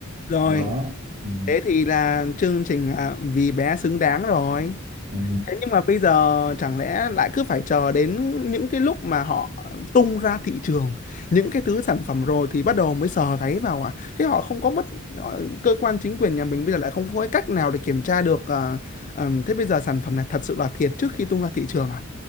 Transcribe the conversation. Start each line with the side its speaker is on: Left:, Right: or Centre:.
Left: rồi
Right: đó ừ.
Left: thế thì là chương trình à, vì bé xứng đáng rồi
Right: Ừ.
Left: Thế nhưng mà bây giờ chẳng lẽ lại cứ phải chờ đến những cái lúc mà họ tung ra thị trường những cái thứ sản phẩm rồi thì bắt đầu mới sờ gáy vào à? Thế họ không có bất ờ, cơ quan chính quyền nhà mình bây giờ lại không có cái cách nào để kiểm tra được ờ, ờm, thế bây giờ sản phẩm này thật sự là thiệt trước khi tung ra thị trường à?